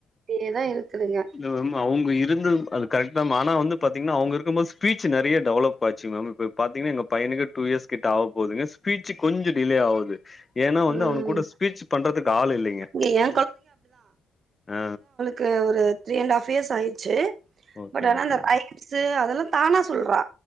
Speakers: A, on the right; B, on the left.
A: இப்டியேதா இருக்குதுங்க
B: இல்ல மேம் அவங்க இருந்த அது கரெக்ட் தா மேம் ஆனா வந்து பாத்தீங்னா அவங்க இருக்கும் போது ஸ்பீச் நறைய டெவலப் ஆச்சு மேம் இப்ப பாத்தீங்னா எங்க பையனுக்கு டூ இயர்ஸ் கிட்ட ஆக போதுங்க ஸ்பீச்சு கொஞ்சோ டிலே ஆவுது ஏனா வந்து
A: ம்
B: அவனு கூட ஸ்பீச் பண்றத்துக்கு ஆள் இல்லைங்க
A: இங்க ஏ
B: ஆ
A: க ஒரு த்ரீ அண்ட் ஆஃப் இயர்ஸ் ஆயிர்ச்சு
B: ஓகே
A: பட் ஆனா
B: ஓகேங்க
A: அந்த ஐ ஸ்சு அதெலா தானா சொல்றா